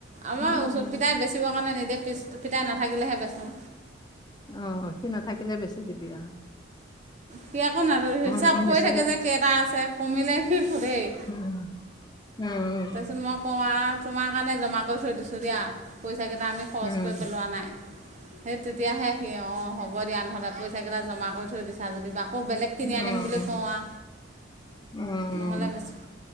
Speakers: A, on the right; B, on the left.
A: আমাৰ
B: মন
A: ওচৰত
B: নগলে
A: পিতাই বেচিবৰ কাৰণে নিদিয়ে, পিছ পিতাই নাথাকিলেহে বেচো।
B: অ', সি নাথাকিলে বেছি দিবি আ।
A: সি আকৌ <unintelligible> হিচাপ
B: নহয়
A: কৰি
B: বেছিলে
A: থাকে যে কেইটা আছে, কমিলে সি সোধেই।
B: উম, উম।
A: <unintelligible> মই কওঁ আৰু তোমাৰ কাৰণে জমা কৰি থৈ দিছোঁ দিয়া, পইচাকেইটা আমি খৰচ
B: উম
A: কৰি পেলোৱা নাই, সেই তেতিয়াহে সি অ', হ'ব দিয়া নহ'লে পইচাকেইটা জমা কৰি থৈ দিছা যদি বা আকৌ বেলেগ কিনি
B: উম
A: আনিম বুলি কওঁ আ,
B: উম
A: নহ'লে বেছোঁ